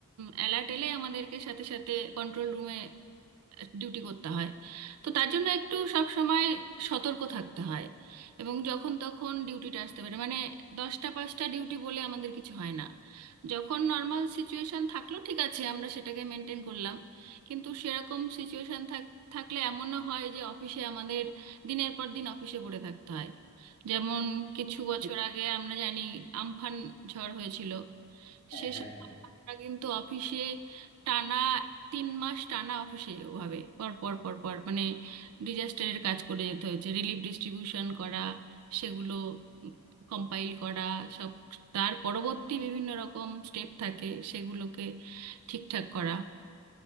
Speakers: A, on the right (about 75°); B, on the left (about 65°).
A: অ্যালার্ট এলে আমাদেরকে সাথে সাথে কন্ট্রোল রুমে ডিউটি করতে হয় তো তার জন্য একটু সব সময় সতর্ক থাকতে হয় এবং যখন তখন ডিউটিটা আসতে পারে মানে দশটা পাঁচটা ডিউটি বলে আমাদের কিছু হয় না যখন নর্মাল সিচুয়েশন থাকলো ঠিক আছে আমরা সেটাকে মেনটেন করলাম কিন্তু সেরকম সিচুয়েশন থাকলে এমনও হয় যে অফিসে আমাদের দিনের পর দিন অফিসে পড়ে থাকতে হয় যেমন কিছু বছর আগে আমরা জানি আমফান ঝড় হয়েছিল
B: হ্যাঁ
A: সেসব
B: হ্যাঁ হ্যাঁ।
A: আমরা কিন্তু অফিসে টানা তিন মাস টানা অফিসে ওভাবে পর পর পর পর মানে ডিজাস্টারের কাজ করে যেতে হয়েছে রিলিফ ডিস্ট্রিবিউশন করা সেগুলো কম্পাইল করা সব তার পরবর্তী বিভিন্ন রকম স্টেপ থাকে সেগুলোকে ঠিকঠাক করা